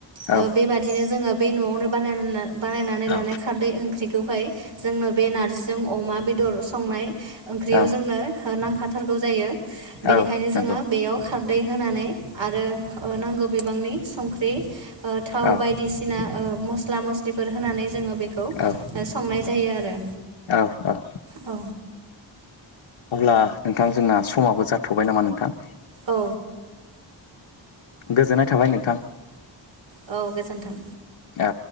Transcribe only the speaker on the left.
औ
औ
औ
औ नंगौ
औ
औ
औ औ।
अब्ला नोंथां जोंना समाबो जाथ'बाय नामा नोंथां।
गोजोननाय थाबाय नोंथां।
औ